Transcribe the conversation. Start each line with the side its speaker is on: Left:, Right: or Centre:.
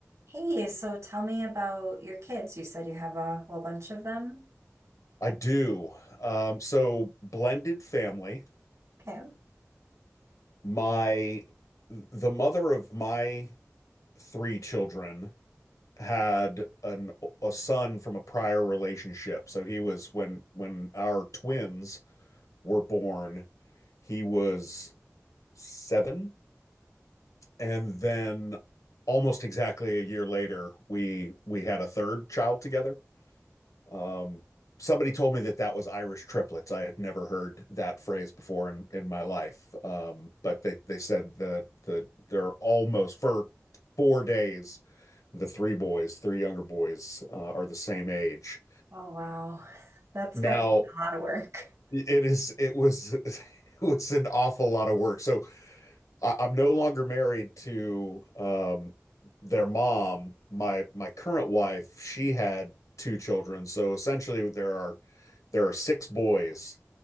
Right: Hey, so tell me about your kids. You said you have a whole bunch of them.
Left: I do. Um, so blended family.
Right: Okay.
Left: My the mother of my three children had an a son from a prior relationship. So he was when when our twins were born, he was seven, and then almost exactly a year later, we we had a third child together. Um, somebody told me that that was Irish triplets. I had never heard that phrase before in, in my life. Um, but they, they said that the, they're almost for four days, the three boys, three younger boys, uh, are the same age.
Right: Oh, wow. <laughs> That's
Left: Now
Right: got a lot of work.
Left: it is, it was, <laughs> it was an awful lot of work. So I, I'm no longer married to, um, their mom. My, my current wife, she had two children. So essentially there are, there are six boys